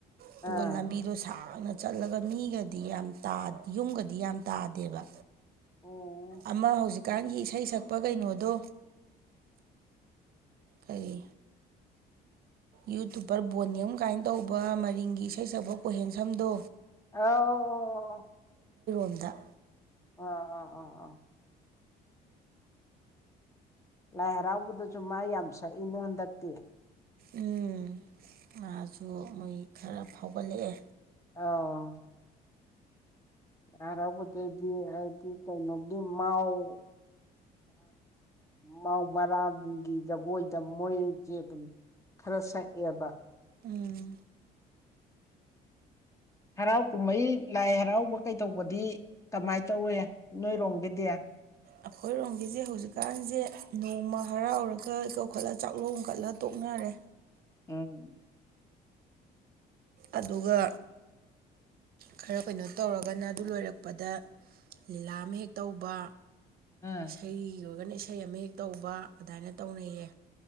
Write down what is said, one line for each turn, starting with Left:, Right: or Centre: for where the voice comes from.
Right: ꯑꯗꯨꯒ
Left: ꯑꯥ
Right: ꯂꯝꯕꯤꯗꯣ ꯁꯥꯡ ꯅ ꯆꯠꯂꯒ ꯃꯤꯒꯗꯤ ꯌꯥꯝ ꯌꯨꯝꯒꯗꯤ ꯌꯥꯝ ꯇꯥꯗꯦꯕ
Left: ꯑꯣ
Right: ꯑꯃ ꯍꯧꯖꯤꯛꯀꯥꯟꯒꯤ ꯏꯁꯩ ꯁꯛꯄ ꯀꯩꯅꯣꯗꯣ ꯀꯔꯤ ꯌꯨꯇꯨꯞꯕꯄꯔ ꯕꯣꯅꯤꯝ ꯀꯥꯏꯅ ꯇꯧꯕ ꯃꯔꯤꯡꯒꯤ ꯏꯁꯩ ꯁꯛꯄ ꯀꯣꯏꯍꯦꯟ ꯁꯝꯗꯣ
Left: ꯑꯣ
Right: ꯍꯨꯝꯗ
Left: ꯑꯥ ꯑꯥ ꯑꯥ ꯑꯥ ꯂꯥꯏ ꯍꯔꯥꯎꯕꯗꯁꯨ ꯃꯥ ꯌꯥꯝ ꯁꯛꯏꯅꯦ ꯍꯟꯗꯛꯇꯤ
Right: ꯎꯝ ꯉꯥꯁꯨ ꯃꯣꯏ ꯈꯔ ꯐꯥꯎꯒꯠꯂꯛꯑꯦ
Left: ꯑ ꯌꯥꯔꯕꯗꯩꯗꯤ ꯍꯥꯏꯗꯤ ꯀꯩꯅꯣꯒꯤ ꯃꯥꯎ ꯃꯥꯧ ꯃꯔꯥꯒꯤ ꯖꯒꯣꯏꯗ ꯃꯣꯏꯁꯦ ꯑꯗꯨꯝ ꯈꯔ ꯁꯛꯑꯕ
Right: ꯑꯥ
Left: ꯍꯔꯥꯎ ꯀꯨꯝꯍꯩ ꯂꯥꯏ ꯍꯔꯥꯎꯕ ꯀꯩꯗꯧꯕꯗꯤ ꯀꯃꯥꯏꯅ ꯇꯧꯏꯦ ꯅꯣꯏꯔꯣꯝꯒꯤꯗꯤ
Right: ꯑꯩꯈꯣꯏꯔꯣꯝꯒꯤꯁꯦ ꯍꯧꯖꯤꯛꯀꯥꯟꯁꯦ ꯅꯣꯡꯃ ꯍꯔꯥꯎꯔꯒ ꯀꯧꯈꯠꯂ ꯆꯥꯛꯂꯣꯡꯝ ꯀꯠꯂ ꯇꯣꯛꯅꯤꯡ ꯔꯦ
Left: ꯎꯝ
Right: ꯑꯗꯨꯒ ꯈꯔ ꯀꯩꯅꯣ ꯇꯧꯔꯒꯅ ꯑꯗꯨ ꯂꯣꯏꯔꯛꯄꯗ ꯂꯤꯂꯥ ꯑꯃ ꯍꯦꯛ ꯇꯧꯕ
Left: ꯑꯥ
Right: ꯏꯁꯩꯒꯤ ꯑꯣꯏꯔꯒꯅ ꯏꯁꯩ ꯑꯃ ꯍꯦꯛ ꯇꯧꯕ ꯑꯗꯨꯃꯅ ꯇꯧꯅꯩꯌꯦ